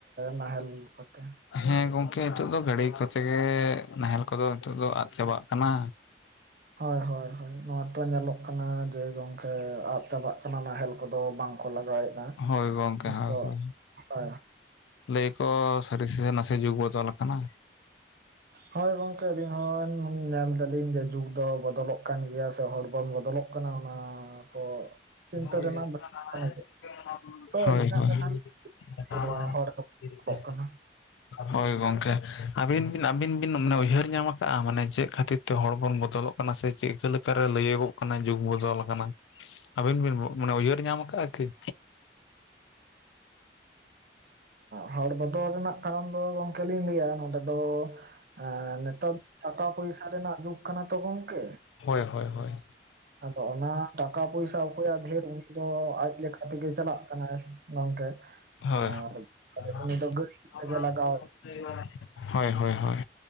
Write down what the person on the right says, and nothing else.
ᱱᱟᱦᱮᱞ ᱠᱚᱛᱮ
ᱦᱳᱭ ᱦᱳᱭ ᱦᱳᱭ ᱱᱚᱣᱟ ᱛᱚ ᱧᱮᱞᱚᱜ ᱠᱟᱱᱟ ᱡᱮ ᱜᱚᱝᱠᱮ ᱟᱫ ᱪᱟᱵᱟᱜ ᱠᱟᱱᱟ ᱱᱟᱦᱮᱞ ᱠᱚᱫᱚ ᱵᱟᱝ ᱠᱚ ᱞᱟᱜᱟᱣᱮᱫ। <unintelligible>
ᱱᱤᱛᱚᱜ
ᱦᱳᱭ
ᱦᱳᱭ ᱜᱚᱝᱠᱮ ᱟᱹᱞᱤᱧ ᱦᱚᱸ ᱧᱮᱞ ᱮᱫᱟ ᱞᱤᱧ ᱡᱮ ᱡᱩᱜᱽ ᱫᱚ ᱵᱚᱫᱚᱞᱚᱜ ᱠᱟᱱ ᱜᱮᱭᱟ ᱥᱮ ᱦᱚᱲᱵᱚᱱ ᱵᱚᱫᱚᱞᱚᱜ <unintelligible> ᱚᱱᱟᱻ ᱠᱚ᱾
ᱪᱤᱱᱛᱟᱹ ᱨᱮᱱᱟᱜ ᱠᱟᱱ ᱜᱮᱭᱟ ᱛᱚ
ᱟᱹᱞᱤᱧᱟᱜ
ᱠᱟᱛᱷᱟ
ᱥᱮ ᱦᱚᱲ
ᱠᱚᱜ ᱠᱟᱱᱟ
ᱟᱻᱦᱚᱲ ᱵᱚᱫᱚᱞ ᱨᱮᱱᱟᱜ ᱠᱟᱨᱚᱱ ᱫᱚ ᱜᱚᱝᱠᱮ ᱞᱤᱧ ᱞᱟᱹᱭᱟ ᱱᱚᱸᱰᱮ ᱫᱚ ᱼᱼ ᱦᱮᱸ ᱱᱮᱛᱟᱨ ᱴᱟᱠᱟ ᱯᱚᱭᱥᱟ ᱨᱮᱱᱟᱜ ᱡᱩᱜᱽ ᱠᱟᱱᱟ ᱛᱚ ᱜᱚᱝᱠᱮ।
ᱟᱫᱚ ᱚᱱᱟ ᱴᱟᱠᱟ ᱯᱚᱭᱥᱟ ᱚᱠᱚᱭᱟᱜ ᱰᱷᱮᱨ ᱩᱱᱤ ᱫᱚ ᱟᱡ ᱞᱮᱠᱟ ᱛᱮᱜᱮ ᱪᱟᱞᱟᱜ ᱠᱟᱱᱟᱭ ᱥᱮ। ᱜᱚᱝᱠᱮ
ᱟᱨ
ᱩᱱᱤ ᱫᱚ ᱜᱟᱹᱰᱤ ᱛᱮᱜᱮ ᱞᱟᱜᱟᱣ